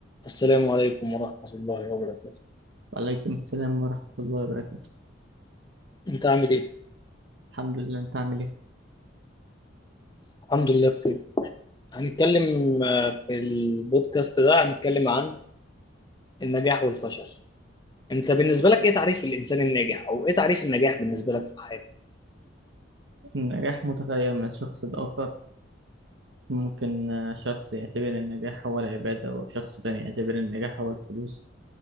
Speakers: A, on the left (about 20°); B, on the right (about 65°).
A: السلام عليكم ورحمة الله وبركاته
B: وعليكم السلام ورحمة الله وبركاته
A: أنت عامل إيه؟
B: الحمد لله أنت عامل إيه؟
A: الحمد لله بخير هنتكلم آه، في البودكاست ده هنتكلم عن النجاح والفشل أنت بالنسبة لك إيه تعريف الإنسان الناجح أو إيه تعريف النجاح بالنسبة لك في الحياة؟
B: النجاح متغير من شخص لآخر ممكن آه، شخص يعتبر النجاح هو العبادة وشخص تاني يعتبر النجاح هو الفلوس